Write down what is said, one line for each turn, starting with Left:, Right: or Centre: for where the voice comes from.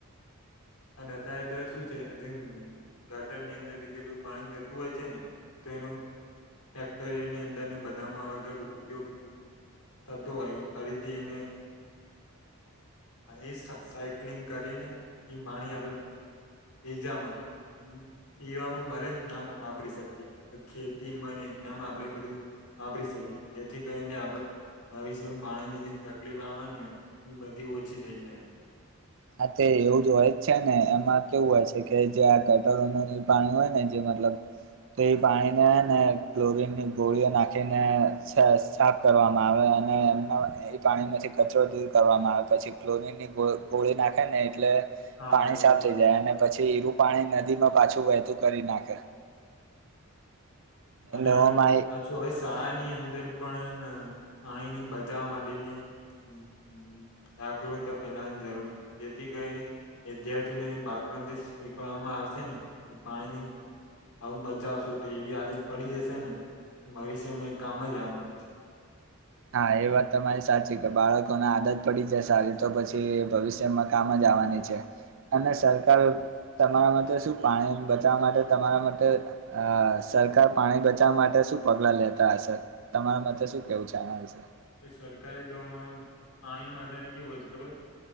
Left: અને અધા શું છેજ ઘાટણની અંદર જે બધું પાણી જતું હોય છે ને, તો એનો ફેક્ટરયની અંદરને બધામાં આવે તો ઉપયોગ- થતું હોય ફરીધિને- એ સાયક્લિંગ કરીને એ માણી આપે <unintelligible> એજામાં- પીવામાં મને ના વાપરી શકીએ ખેતી મન એનામાં આપણેે બધું- વાપરી શકીને જેથી કઈને આપડ- ભવિષ્યમ એમ પાણીની જેમ તકલીફ આવવાની હોય એ બધી ઓછી થઈ જાય.
Right: આ તે એવું જ હોય જ છે ને એમાં કેવું હોય છે કે જે આ ગટરો પાણી હોય ને જેમાં- મતલબ- તો એ પાણીને ને ક્લોરીન ની ગોળીઓ નાખીને સા સાફ કરવામાં આવે- અને એમના એ પાણીમાંથી કચરો દૂર કરવામાં આવે પછી ક્લોરીનની ગોળ. ગળી નાખે ને એટલે
Left: હા
Right: પાણી
Left: એ
Right: સાફ
Left: બધું
Right: થઈ જાય અને પછી ઈરુ- પાણી નદી માં પાછું વહેતું કરી નાખે.
Left: અને
Right: એમાં
Left: પાછું હવે શા ની અંદર પણ હેન પાણીની બચાવવા માટેની જ જ જાગૃતા ફેલાવાની જરૂર છે, જેથી કરીને વિદ્યાર્થીઓને જે બાળપણથી શિખવાડવામાં આવશે ને પાણીની આવું બચાવશું તો એવી આદત પડી જશેને ભવિષ્યમાં એ કામ જ આવવાનું છે.
Right: હા એ વાત તમારી સાચી કે બાળકોને આદત પડી જાય સારી તો પછી ભવિષ્યમાં કામ જ જ આવાની છે. અને સરકાર તમારા માટે શું પાણી બચાવવા માટે તમારા માટે અ સરકાર પાણી બચાવવા માટે શું પગલા લેતા હશે તમારા મતે શું કેવું છે આના વિશે?
Left: એ સરકારે તો આમાં પાણીમાં અત્યારે કેવું હોય છે ખબર હૈ